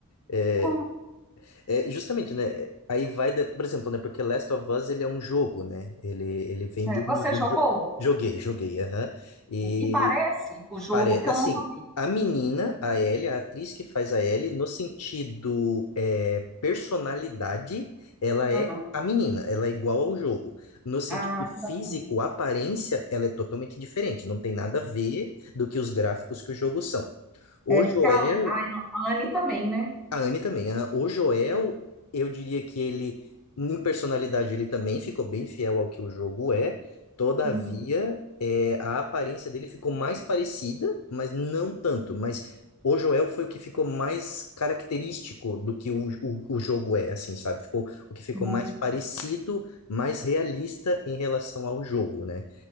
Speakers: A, on the left (about 85°); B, in the centre.
A: É,
B: Com-
A: É, justamente, né? é, Aí vai, da- por exemplo, né? Porque Last of Us ele é um jogo, né? Ele, ele vem
B: é,
A: de um,
B: você
A: de
B: jogou?
A: um jogo. Joguei, joguei, aham. E
B: E parece o jogo,
A: pare,
B: porque
A: assim,
B: eu não joguei.
A: a menina, a Ellie, a atriz que faz a Ellie, no sentido é, personalidade, ela
B: Aham.
A: é a menina, ela é igual ao jogo. No sentido
B: Ah, que bacana.
A: físico, a aparência, ela é totalmente diferente. Não tem nada a ver do que os gráficos que o jogo são. O
B: É, diz
A: Joel,
B: que a, An- a, a Anne também, né?
A: a Anne também. aham. O Joel, eu diria que ele, em personalidade, ele também ficou bem fiel ao que o jogo é. Todavia,
B: Uhum.
A: é, a aparência dele ficou mais parecida, mas não tanto. Mas o Joel foi o que ficou mais característico do que o, o, o jogo é, assim, sabe? Ficou o que ficou
B: Uhum.
A: mais parecido, mais realista em relação ao jogo, né?